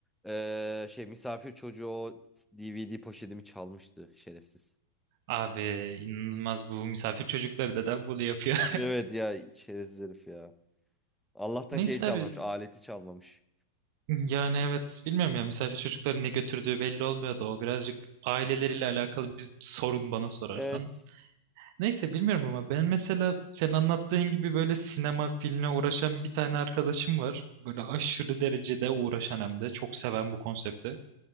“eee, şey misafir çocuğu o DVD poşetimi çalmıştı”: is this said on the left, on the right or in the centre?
Centre